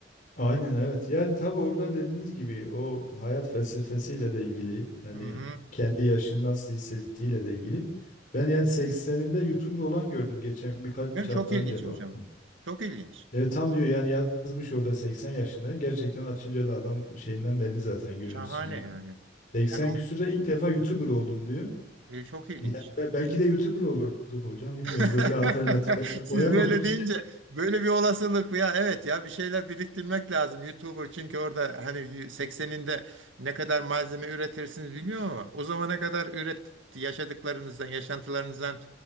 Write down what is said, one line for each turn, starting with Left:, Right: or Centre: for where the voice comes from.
Left: Aynen evet. Yani tabii orada dediğiniz gibi o hayat felsefesiyle de ilgili yani
Right: Hı hı.
Left: kendi yaşını nasıl hissettiğiyle de ilgili. Ben yani 80'inde YouTuber olan gördüm geçen birkaç
Right: Yani
Left: hafta
Right: çok ilginç
Left: önce
Right: hocam.
Left: baktım.
Right: Çok ilginç.
Left: Evet tam diyor yani yazmış orada 80 yaşındayım. Gerçekten açınca da adam şeyinden belli zaten görüntüsünden.
Right: Şahane yani.
Left: 80
Right: Yani o
Left: küsürde ilk defa YouTuber oldum diyor.
Right: e, çok ilginç.
Left: Yani be- belki de YouTuber olurduk hocam bilmiyorum.
Right: <laughs>
Left: Böyle alternatifler de
Right: Siz
Left: koyalım.
Right: böyle
Left: <laughs>
Right: deyince böyle bir olasılık ya evet ya bir şeyler biriktirmek lazım YouTuber çünkü orada hani y- 80'inde ne kadar malzeme üretirsiniz bilmiyorum ama o zamana kadar üret yaşadıklarınızdan yaşantılarınızdan